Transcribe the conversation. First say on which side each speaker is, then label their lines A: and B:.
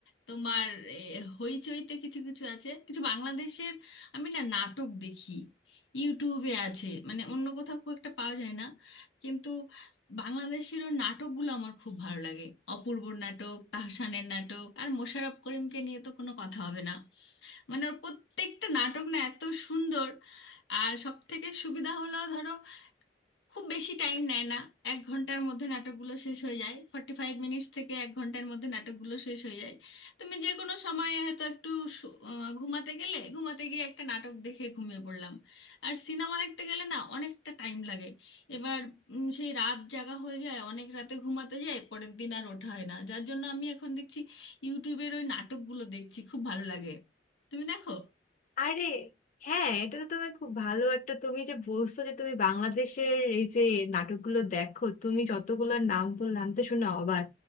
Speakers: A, on the left (about 85°); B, on the left (about 45°).
A: তোমার এ, হইচইতে কিছু কিছু আছে কিছু বাংলাদেশের আমি না নাটক দেখি ইউটিউবে আছে মানে অন্য কোথাও খুব একটা পাওয়া যায় না কিন্তু বাংলাদেশের ওর নাটকগুলো আমার খুব ভালো লাগে অপূর্বর নাটক তাহসানের নাটক আর মোশাররফ করিমকে নিয়ে তো কোনো কথা হবে না মানে ওর প্রত্যেকটা নাটক না এত সুন্দর আর সব থেকে সুবিধা হলো ধরো খুব বেশি টাইম নেয় না এক ঘন্টার মধ্যে নাটকগুলো শেষ হয়ে যায় ফর্টি ফাইভ মিনিটস থেকে এক ঘন্টার মধ্যে নাটকগুলো শেষ হয়ে যায় তুমি যে কোনো সময় হয়তো একটু শু- আহ, ঘুমাতে গেলে ঘুমাতে গিয়ে একটা নাটক দেখে ঘুমিয়ে পড়লাম আর সিনেমা দেখতে গেলে না অনেকটা টাইম লাগে এবার উম, সেই রাত জাগা হয়ে যায় অনেক রাতে ঘুমাতে যায় পরের দিন আর ওঠা হয় না যার জন্য আমি এখন দেখছি ইউটিউবের ওই নাটকগুলো দেখছি খুব ভালো লাগে তুমি দেখো
B: আরে হ্যাঁ এটা তো তুমি খুব ভালো একটা তুমি যে বলছো যে তুমি বাংলাদেশের এই যে নাটকগুলো দেখো তুমি যতগুলোর নাম বললাম আমি তো শুনে অবাক